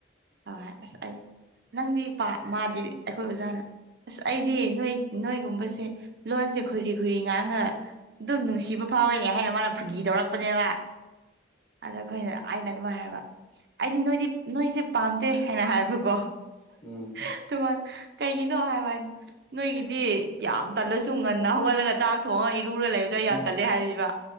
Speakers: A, on the right (about 55°); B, on the left (about 35°).
A: ꯑ ꯑꯁ ꯑꯩ ꯅꯪꯗꯤ ꯄ ꯃꯥꯗꯤ ꯑꯩꯈꯣꯏ ꯑꯣꯖꯥꯅ ꯑꯁ ꯑꯩꯗꯤ ꯅꯣꯏ ꯅꯣꯏꯒꯨꯝꯕꯁꯦ ꯂꯣꯟꯁꯦ ꯈꯣꯏꯔꯤ ꯈꯣꯏꯔꯤ ꯉꯥꯡꯒ ꯑꯗꯨꯝ ꯅꯨꯡꯁꯤꯕ ꯐꯥꯎꯋꯦꯅꯦ ꯍꯥꯏꯅ ꯃꯥꯅ ꯐꯥꯒꯤ ꯇꯧꯔꯛꯄꯅꯦꯕ ꯑꯗ ꯑꯩꯈꯣꯏꯅ ꯑꯩꯅ ꯑꯗꯨꯃꯥꯏ ꯍꯥꯏꯕ ꯑꯩꯗꯤ ꯅꯣꯏꯗꯤ ꯅꯣꯏꯁꯦ ꯄꯥꯝꯗꯦ ꯍꯥꯏꯅ ꯍꯥꯏꯕꯀꯣ
B: ꯎꯝ
A: ꯑꯗꯨꯃꯅ ꯀꯩꯒꯤꯅꯣ ꯍꯥꯏꯕ ꯍꯥꯏꯅꯦ ꯅꯣꯏꯒꯤꯗꯤ ꯌꯥꯝ ꯇꯜꯂꯁꯨ ꯉꯟꯅ ꯍꯧꯒꯠꯂꯒ ꯆꯛ ꯆꯥꯛ ꯊꯣꯡꯑꯒ ꯏꯔꯨꯔ ꯂꯩꯕꯗꯣ
B: ꯎꯝ
A: ꯌꯥꯝ
B: ꯎꯝ
A: ꯇꯠꯂꯦ ꯍꯥꯏꯕꯤꯕ